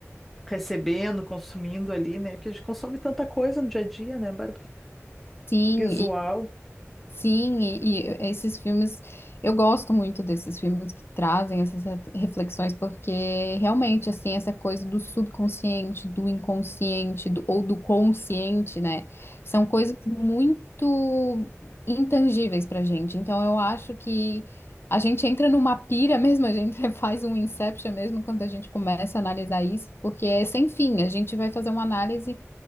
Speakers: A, in the centre; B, on the left (about 50°).
A: recebendo, consumindo ali, né? Porque a gente consome tanta coisa no dia a dia, né, Bárbara?
B: Sim,
A: Visual.
B: Sim, e, e esses filmes, eu gosto muito desses filmes que trazem essas ref- reflexões, porque realmente, assim, essa coisa do subconsciente, do inconsciente, do- ou do consciente, né, são coisas muito intangíveis pra gente. Então, eu acho que a gente entra numa pira <laughs> mesmo, a gente <laughs> faz um inception mesmo quando a gente começa a analisar isso, porque é sem fim, a gente vai fazer uma análise